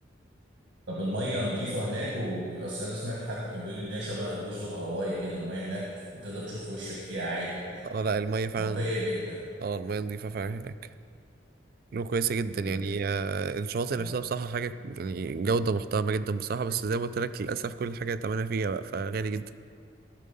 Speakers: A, on the right; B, on the right.
A: طب المية نظيفة هناك وبيبقى أصل أنا سمعت حد كان بيقول إن هي شبه جزر هاواي كده المية هناك وتقدر تشوف وشك فيها عادي يعني
B: اه لا المية فعلا
A: نقية
B: نظيفة
A: جدا
B: اه المية نظيفة فعلا هناك له كويسة جدا يعني
A: طب ده
B: آه الشواطئ
A: آه.
B: نفسها بصراحة حاجة يعني جودة محترمة جدا بصراحة بس زي ما قلت لك للأسف كل حاجة تمنها فيها بقى فغالي جدا